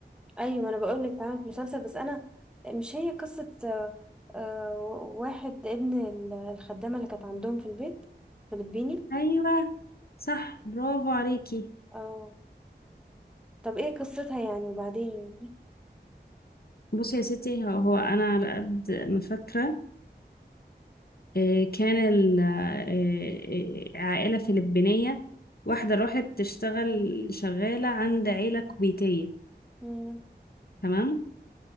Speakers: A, in the centre; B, on the left.
A: ايوه ما انا بقول لك اتعملت مسلسل بس انا مش هي قصة آه، آه، واحد ابن ال- الخدامة اللي كانت عندهم في البيت فلبيني
B: ايوه صح برافو عليكي
A: اه طب ايه قصتها يعني وبعدين يعني
B: بصي يا ستي هو هو انا على قد ما فاكره إيه، كان ال- إيه، إيه، عائله فلبينيه واحده راحت تشتغل شغاله عند عيله كويتيه
A: مم،
B: تمام